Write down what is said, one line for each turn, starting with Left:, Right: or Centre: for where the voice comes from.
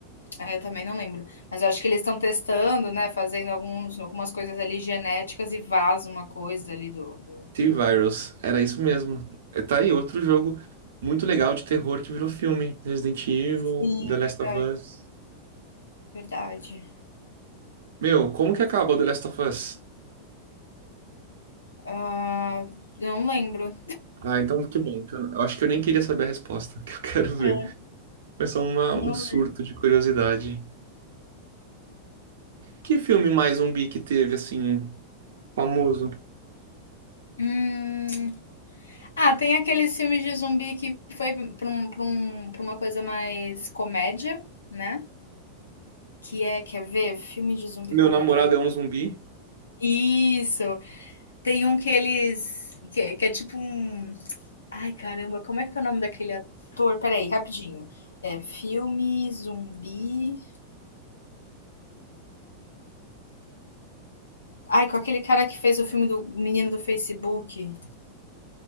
Left: É, também não lembro. Mas eu acho que eles estão testando, né, fazendo alguns algumas coisas ali genéticas e vaza uma coisa ali do do
Right: T-Virus, era isso mesmo. É, Tá aí outro jogo muito legal de terror que virou filme. Resident Evil,
Left: Sim,
Right: The Last
Left: verdade,
Right: of Us.
Left: verdade.
Right: Meu, como que acaba o The Last of Us?
Left: Ah, eu não lembro.
Right: Ah, então que bom. que Eu eu acho que eu nem queria saber a resposta, <laughs> que eu quero ver.
Left: É,
Right: Foi só uma-
Left: não
Right: um surto
Left: é.
Right: de curiosidade. Que filme mais zumbi que teve, assim, famoso?
Left: Hum. Ah, tem aqueles filmes de zumbi que foi pra um pra um pra uma coisa mais comédia, né, que é quer ver? Filme de zumbi
Right: Meu
Left: comédia,
Right: namorado
Left: eu vou
Right: é um zumbi?
Left: Isso. Tem um que eles que que é tipo um Ai, caramba, como é que é o nome daquele ator? Peraí, rapidinho. É filme, zumbi. Ai, com aquele cara que fez o filme do menino do Facebook.